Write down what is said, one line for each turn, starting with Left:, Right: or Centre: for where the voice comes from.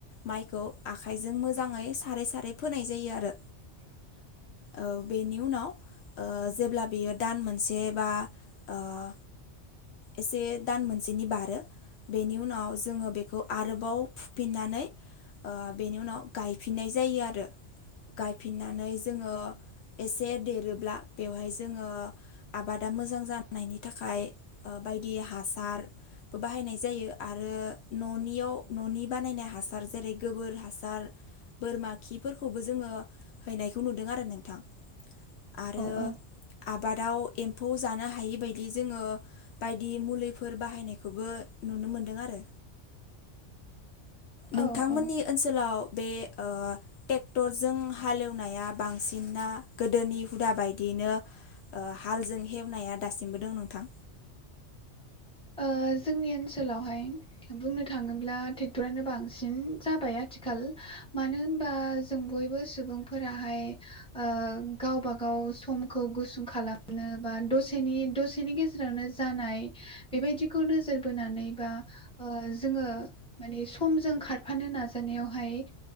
Left: माइखौ आखाइजों मोजाङै सारै सारै फोनाय जायो आरो।
Centre: <unintelligible>
Left: ओ बेनि उनाव ओ जेब्ला बेयो दान मोनसे बा ओ एसे दान मोनसेनि बारो बेनि उनाव जोङो बेखौ आरोबाव फुफिननानै ओ बेनि उनाव गायफिननाय जायो आरो। गायफिननानै जोङो एसे देरोब्ला बेवहाय जोङो आबादा मोजां जानायनि थाखाय बायदि हासार बाहायनाय जायो आरो न'नियाव न'नि बानायनाय हासार जेरै गोबोर हासार बोरमा खिफोरखौबो जोङो हैनायखौ नुदों आरो नोंथां आरो
Centre: औ
Left: आबादाव एम्फौ जानो हायिबायायदि जोङो बायदि मुलिफोर बाहायनायखौबो नुनो मोनदों आरो। नोंथांमोननि
Centre: औ औ
Left: ओनसोलाव बे ओ टेक्टरजों हालेवनाया बांसिनना गोदोनि हुदा बायदि बेनो ओ हालजों हेवनाया दासिमबो दं नोंथां
Centre: ओ जोंनि ओनसोलावहाय बुंनो थाङोब्ला टेक्टरानो बांसिन जाबाय आथिखाल मानो होनबा जों बयबो सुबुंफोराहाय ओ गावबा गाव समखौ गुसुं खालामनो बा दसेनि दसेनि गेजेरावनो जानाय बेबायदिखौ नोजोर बोनानै बा ओ जोङो माने समजों खारफानो नाजानाय वहाय